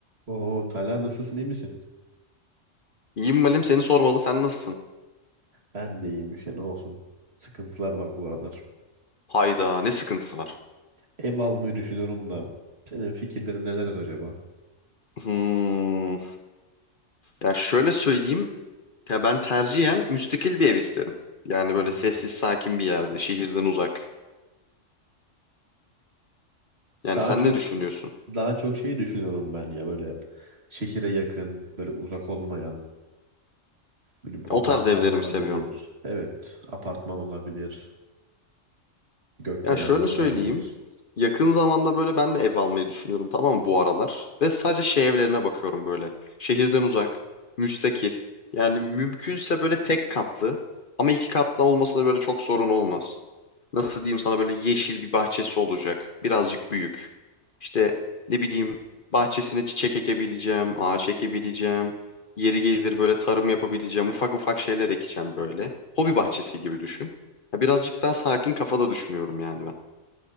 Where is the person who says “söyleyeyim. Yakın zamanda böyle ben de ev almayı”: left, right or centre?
Left